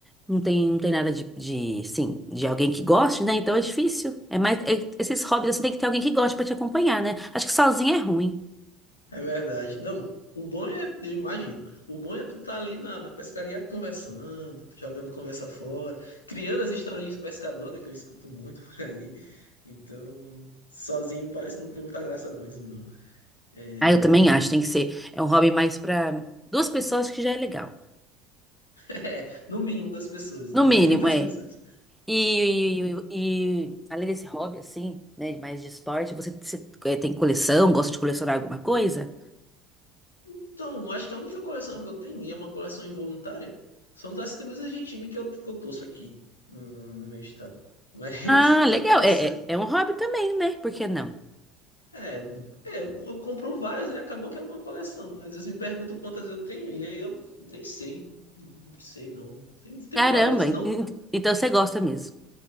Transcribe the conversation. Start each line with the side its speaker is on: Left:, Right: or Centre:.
Centre: não tem, não tem nada de, de, assim, de alguém que goste, né? Então é difícil. É mais, é- esses hobbies assim, tem que ter alguém que goste pra te acompanhar, né? Acho que sozinho é ruim.
Left: É verdade. Não, o bom é, eu imagino, o bom é tu tá ali na, na pescaria conversando, jogando conversa fora, criando as histórias de pescador, né, que eu escuto muito por aí. Então, sozinho parece não ter muita graça mesmo, não. É,
Centre: Ah, eu também acho, tem que ser. É um hobby mais para duas pessoas que já é legal.
Left: <laughs> é, no mínimo das pessoas,
Centre: No
Left: no
Centre: mínimo,
Left: mínimo das
Centre: é.
Left: pessoas.
Centre: E, e- e- e, além desse hobby, assim, né, mais de esporte, você, você, é, tem coleção, gosta de colecionar alguma coisa?
Left: Então, acho que a única coleção que eu tenho, e é uma coleção involuntária, são das camisas de time que eu, que eu torço aqui no, no- no meu estado. <laughs> Mas
Centre: Ah,
Left: de
Centre: legal.
Left: coleção.
Centre: É, é, é um hobby também, né? Por que não?
Left: É, é, eu, eu compro várias, né? Acabou que é uma coleção. Às vezes me perguntam quantas eu tenho, e aí eu nem sei. Não sei, não. Tenho, tenho
Centre: Caramba,
Left: várias. Não
Centre: en- en- então você gosta mesmo.